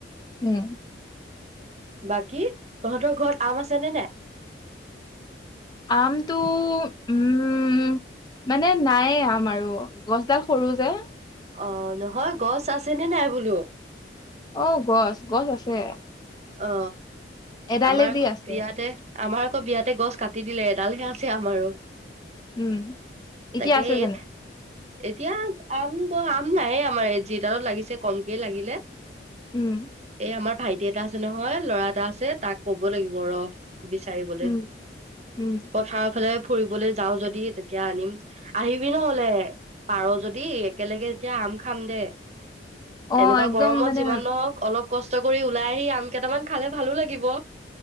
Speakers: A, on the left; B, on the right.
A: উম
B: বাকী তহঁতৰ ঘৰত আম আছেনে নাই?
A: আমটো উম মানে নায়েই আম আৰু গছডাল সৰু যে
B: অ নহয় গছ আছেনে নাই বোলো
A: অ গছ গছ আছে
B: অ
A: এডালে
B: আমাৰ আকৌ
A: যি আছে
B: বিয়াতে আমাৰ আকৌ বিয়াতে গছ কাটি দিলে এডালহে আছে আমাৰো
A: উম এতিয়া
B: তাকে
A: আছে
B: এই
A: জানো
B: এতিয়া আম ক আম নায়েই আমাৰ যি ডালত লাগিছে কমকেই লাগিলে
A: উম
B: এই আমাৰ ভাইটি এটা আছে নহয় ল'ৰা এটা আছে তাক ক'ব লাগিব ৰ বিচাৰিবলৈ
A: উম উম
B: পথাৰৰ ফালে ফুৰিবলৈ যাও যদি তেতিয়া আনিম আহিবি নহলে পাৰ যদি একেলগে তেতিয়া আম খাম দে
A: অ
B: এনেকুৱা
A: একদম
B: গৰমত
A: মানে
B: যিমান নহওক অলপ কষ্ট কৰি ওলাই আহি আম কেইটামান খালে ভালো লাগিব